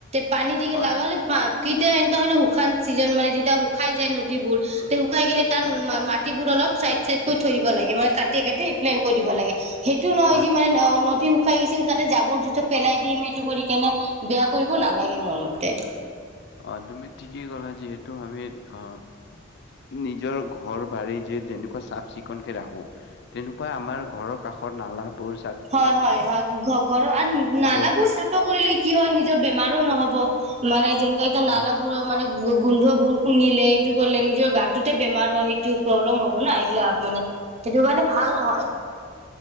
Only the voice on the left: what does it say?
হয়
হয়
হয়
অ'! তুমি ঠিকেই ক'লা যিহেতু আমি, অ'! নিজৰ ঘৰ-বাৰী যে যেনেকুৱা চাফ চিকুণকে ৰাখো তেনেকুৱা আমাৰ ঘৰৰ কাষৰ নালা বোৰ
বৰষুণ
অ',
হয় হয়।